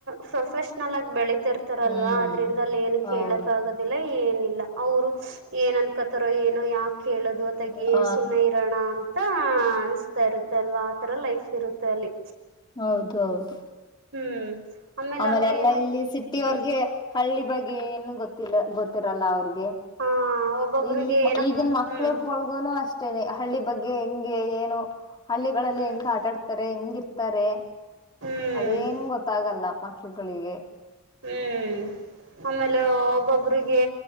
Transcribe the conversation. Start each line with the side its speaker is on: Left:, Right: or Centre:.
Right: ಪ್ರೊಫೆಷನಲ್ ಆಗಿ ಬೆಳಿ ಇತಿ ಇರ್ತಾರಲ್ವಾ
Left: ಹ್ಮ್
Right: ಅದ್ರಿಂದ ಅಲ್ಲಿ ಏನು
Left: ಹೌದು
Right: ಕೇಳಕ್ ಆಗುದಿಲ್ಲ ಏನಿಲ್ಲ ಅವರು ಏನ್ನ್ಕತ್ತ ೋ ಏನು ಯಾಕ ಕೇಳ ಅದು ಹೊತ್ತಗೆ
Left: ಹ
Right: ಸುಮ್ನೆ ಇರೋಣ ಅಂತ ಕಾಣಿಸ್ತಾ ಇರುತ್ತ ಅಲ್ವಾ ಆತರ ಲೈಫ್ ಇರುತ್ತೆ ಅಲ್ಲಿ
Left: ಹೌದು ಹೌದು
Right: ಹ್ಮ್
Left: ಆಮೇಲೆ
Right: ಅಲ್ಲಿ
Left: ಎಲ್ಲಾ
Right: ಏನ
Left: ಇಲ್ಲಿ ಸಿಟ್ಟಿ
Right: ಹ್ಮ್
Left: ಅವರ್ಗೆ ಹಳ್ಳಿ ಬಗ್ಗೆ ಏನು ಗೊತ್ತಿಲ್ಲ ಗೊತ್ತಿರಲ್ಲ ಅವ್ರಿಗೆ
Right: ಹಾ ಒಬ್ಬೊಬ್ರಿಗೆ
Left: ಇಲ್ಲಿ
Right: ಏನಪ್ಪ
Left: ಈಗಿನ ಮಕ್ಳು
Right: ಹ್ಮ್
Left: ಒಳ್ಗೋನು ಅಷ್ಟೇನೆ ಹಳ್ಳಿ ಬಗ್ಗೆ ಹೆಂಗೆ ಏನು ಹಳ್ಳಿಗಳಲ್ಲಿ
Right: ಹ್ಮ್
Left: ಹೆಂಗ ಆಟ ಆಡ್ತಾರೆ ಹೆಂಗಿರ್ ತಾರೆ
Right: ಹ್ಮ್
Left: ಅದೇನ್ ಗೊತ್ತ ಲ್ಲ ಮಕ್ಕಳುಗಳಿಗೆ
Right: ಹ್ಮ್ ಆಮೇಲೆ ಒಬ್ಬೊಬ್ ರಿಗೆ